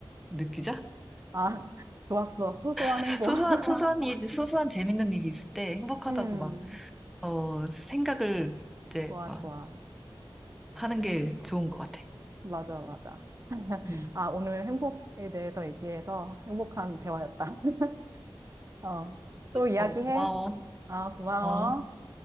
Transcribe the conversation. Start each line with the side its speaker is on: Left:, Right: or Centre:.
Centre: 느끼자?
Right: 아, <laughs> 좋았어. 소소한
Centre: <laughs>
Right: 행복.
Centre: 소소한,
Right: <laughs>
Centre: 소소한 일, 소소한 재밌는 일이 있을 때 행복하다고
Right: 음,
Centre: 막, 어, 생각을 이제
Right: 좋아,
Centre: 막
Right: 좋아.
Centre: 하는 게 좋은 것 같아.
Right: 맞아, 맞아. <laughs>
Centre: 응,
Right: 아, 오늘 행복에 대해서 얘기해서 행복한 대화였다. <laughs> 어, 또 이야기해.
Centre: 어, 고마워.
Right: 아, 고마워.
Centre: 어,